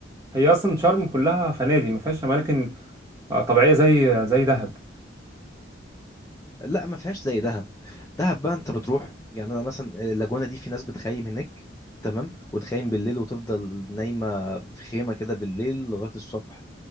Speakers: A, on the right (about 15°); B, on the left (about 15°).
A: هي أصلا شرم كلها فنادق ما فيهاش أماكن آه، طبيعية زي زي دهب
B: لا ما فيهاش زي دهب دهب بقى انت بتروح يعني انا مثلا اللاجونة دي في ناس بتخيم هناك تمام وتخيم بالليل وتفضل نايمة في خيمة كده بالليل لغاية الصبح